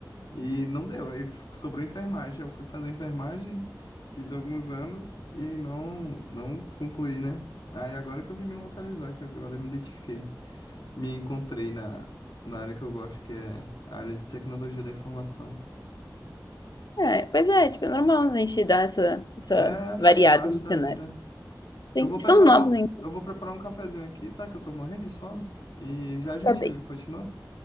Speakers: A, on the left; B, on the left.
A: e não deu. Aí f- sobrou enfermagem. Eu fui fazer enfermagem, fiz alguns anos e não, não concluí, né? Aí agora que eu vim me localizar, que agora eu me identifiquei me encontrei na, na área que eu gosto, que é a área de tecnologia da informação.
B: É, pois é, tipo, é normal a gente dar essa, essa
A: É,
B: variada
A: faz parte
B: no
A: da
B: cenário.
A: vida. Eu
B: Tem-
A: vou
B: estamos
A: preparar
B: novos
A: um,
B: ainda.
A: eu vou preparar um cafezinho aqui, tá? Que eu tô morrendo de sono. E já a gente
B: Tá bem.
A: continua.